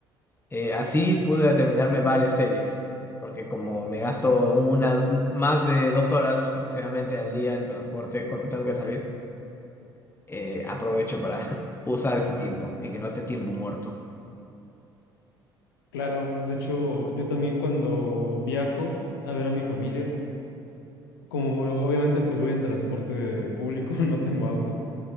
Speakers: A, on the left; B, on the left.
A: Eh, así pude terminarme varias series, porque como me gasto una más de dos horas aproximadamente al día en transporte cuando tengo que salir, eh, aprovecho para <laughs> usar ese tiempo y que no sea tiempo muerto.
B: claro. De hecho, yo también cuando viajo a ver a mi familia, como obviamente pues voy en transporte público, <laughs> no tengo auto.